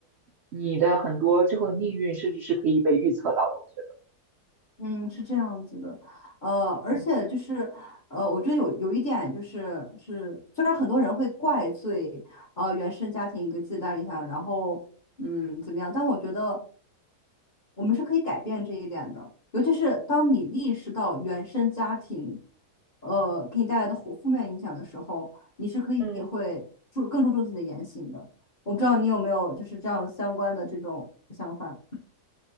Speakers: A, on the right; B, on the left.
A: 你的很多之后的命运甚至是可以被预测到的，我觉得。
B: 嗯，是这样子的，呃，而且就是，
A: 嗯，
B: 呃，我觉得有有一点就是是，虽然很多人会怪罪呃原生家庭给自己带来影响，然后嗯怎么样，但我觉得我们是可以改变这一点的，尤其是当你意识到原生家庭呃给你带来的负负面影响的时候，你是可以会注更注重自己的言行的。
A: 嗯
B: 我不知道你有没有就是这样相关的这种想法？